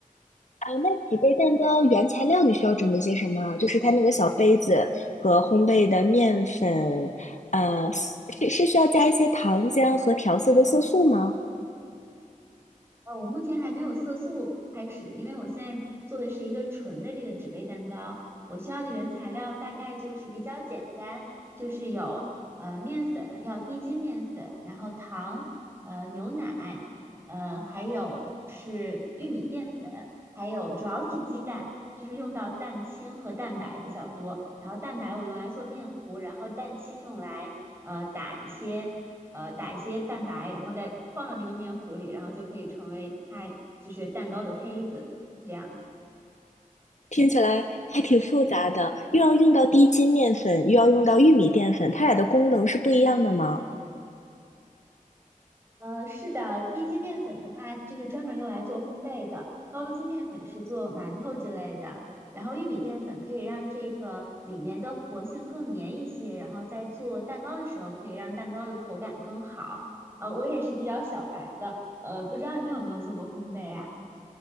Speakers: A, on the left; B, on the right.
A: 啊，那几杯蛋糕原材料你需要准备些什么？就是它那个小杯子和烘焙的面粉，呃，是是需要加一些糖浆和调色的色素吗？
B: 呃，我目前还没有色素开始，因为我现在做的是一个纯的这个纸杯蛋糕。我需要的原材料大概就是比较简单，就是有呃面粉，要低筋面粉，然后糖，呃牛奶，呃还有是玉米淀粉，还有主要是鸡蛋，就是用到蛋清和蛋白比较多。然后蛋白我用来做面糊，然后蛋清用来呃打一些。呃打一些蛋白，然后再放到那个面糊里，然后就可以成为它就是蛋糕的胚子，是这样的。
A: 听起来还挺复杂的，又要用到低筋面粉，又要用到玉米淀粉，它俩的功能是不一样的吗？
B: 呃，是的，低筋面粉的话，就是专门用来做烘焙的；高筋面粉是做馒头之类的。然后玉米淀粉可以让这个里面的活性更粘一些，然后在做蛋糕的时候可以让蛋糕的口感更好。呃，我也是比较小白的，呃，不知道你有没有做过烘焙啊？